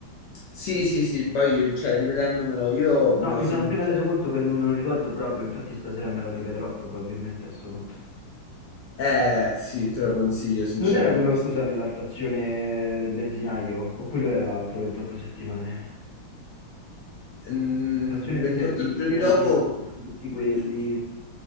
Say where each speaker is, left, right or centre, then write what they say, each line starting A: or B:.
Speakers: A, on the left (about 70°); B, on the left (about 20°).
A: Sì, sì, sì, poi cioè, rivedendomelo, io me
B: No,
A: lo
B: mi
A: sono
B: sono appena
A: visto.
B: reso conto che non me lo ricordo proprio, infatti stasera me lo rivedrò probabilmente a sto punto.
A: Eh, sì, te lo consiglio, sinceramente.
B: Non era quello, scusa, nella stazione del benzinaio? O quello era l'altro 28 settimane?
A: Mm,
B: Stazione
A: 28
B: di servizio
A: giorni
B: in
A: dopo
B: cui si incontrano tutti quelli.
A: i- i-